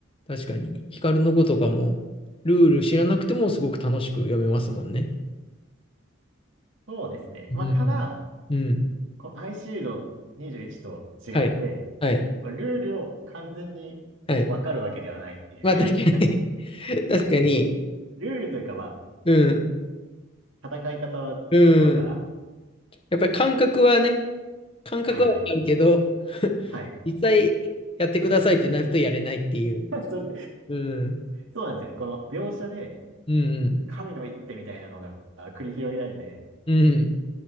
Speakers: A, on the left; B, on the right.
A: 確かに、ヒカルの子とかも、ルール知らなくてもすごく楽しく読めますもんね。
B: そうですね。
A: うん。
B: まあ、ただ、
A: うん。
B: このアイシールド21と違って、
A: はい。はい。
B: まあ、ルールを完全にわかるわけではないっていう。
A: はい。まあ、確かに、<laughs>
B: <laughs>
A: 確かに、
B: ルールというか、ま
A: うん。
B: あ、戦い方はよくわからん。
A: うん。やっぱり感覚はね、感覚はわかるけど、
B: はいはい。
A: <laughs>
B: はい。
A: 実際やってくださいってなるとやれないっていう。
B: <laughs> それ
A: うん。
B: そうなんですよね。この描写で、
A: うん。
B: 神の一手みたいなのが繰り広げられて、
A: うん。